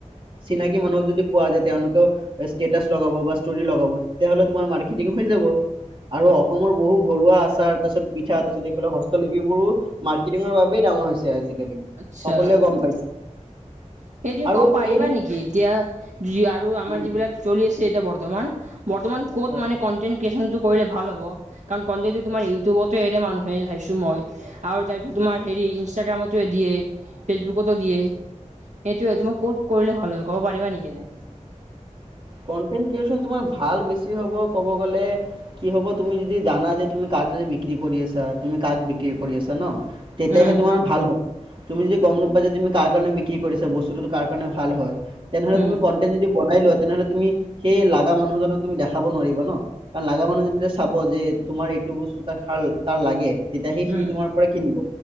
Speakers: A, on the right (about 40°); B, on the right (about 70°).
A: চিনাকি মানুহক যদি কোৱা যে তেওঁলোকেও- ষ্টেটাচ লগাব বা ষ্টোৰি লগাব তেতিয়া হ'লে তোমাৰ মাৰ্কেটিং হৈ যাব। আৰু অসমৰ বহু ঘৰুৱা আ তাৰ পিছত পিঠা তাৰপিছ এইফালে হস্তলিপিবোৰো মাৰ্কেটিঙৰ বাবেই ডাঙৰ হৈছে আজিকালি।
B: আচ্ছা,
A: সকলোৱে গম পাইছে।
B: <inaudible> সেই তুমি
A: আৰু
B: ক'ব পাৰিবা
A: এই
B: নেকি? এতিয়া যি আৰু আমাৰ
A: উম,
B: যিবিলাক চলি আছে এতিয়া বৰ্তমান। বৰ্তমান ক'ত
A: হয়
B: মানে কনটেণ্ট ক্ৰিয়েচনটো কৰিলে ভাল হ'ব? কাৰণ কনটেন্টো তোমাৰ ইউটিউবতে এৰে মানুহে চাইছো মই, আৰু তাৰপিছত তোমাৰ হেৰি ইনষ্টাগ্ৰামত দিয়ে, ফেচবুকতো দিয়ে, সেইটোৱে তোমাৰ ক'ত কৰিলে ভাল হয়। ক'ব পাৰিবা নেকি এনে?
A: কনটেন্ট ক্ৰিয়েচন তোমাৰ ভাল বেছি হ'ব ক'ব গ'লে। কি হ'ব তুমি যদি জানা যে তুমি কাৰ তাতে বিক্ৰী কৰি আছা। তুমি কাক বিক্ৰী কৰি আছা ন। তেতিয়াহে
B: উম,
A: তোমাৰ ভাল হ'ব। তুমি যদি গম নোপোৱা যে তুমি কাৰ কাৰণে বিক্ৰী কৰিছা, বস্তুটো কাৰ কাৰণে ভাল হয়। তেনেহলে
B: উম,
A: তুমি কনণ্টেন যদি বনাই লোৱা তেনেহলে তুমি, সেই লাগা মানুহজনক তুমি দেখাব নোৱাৰিবা ন। কাৰণ লাগা মানুহে যেতিয়া চাব যে তোমাৰ এইটো বস্তু তাৰ তাৰ লাগে, তেতিয়াহে সি
B: উম,
A: তোমাৰ পৰাই কিনিব,